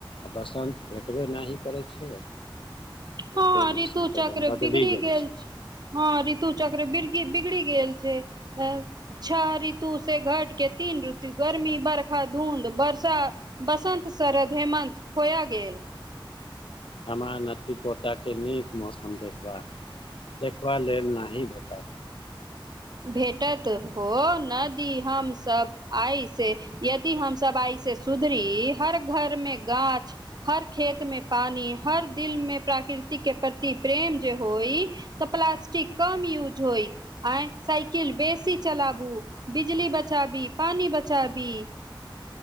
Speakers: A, on the left; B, on the right.
A: आ बसन्त भेटबे नहि ह करड़ै छै
B: हँ
A: तै
B: ऋतु
A: मौसम तऽ
B: चक्र
A: एकदम बदलि
B: बिगड़ि
A: गेल छै
B: हँ ऋतु चक्रर बिगड़ी गल छै छह ऋतु से घटके तीन ऋतु गर्मी बरखा धुंध बर्षा बसन्त शरद हेमन्त खोय गेल
A: हमरा नतिी पोताके नीक मौसम देखबा देखबा लेल नी भेटत
B: भेटत हो न दी हमसभ आइस यदि हमस आइ से सुधरी हर घर मे गाछ हर खेतमे पानि हर दिलमे प्राकृतिके प्रति प्रेम जे होइ तऽ प्लास्टिक कम यूज होइ आ साइकिल बेसी चलाबू बिजली बचाबी पानी बचाबी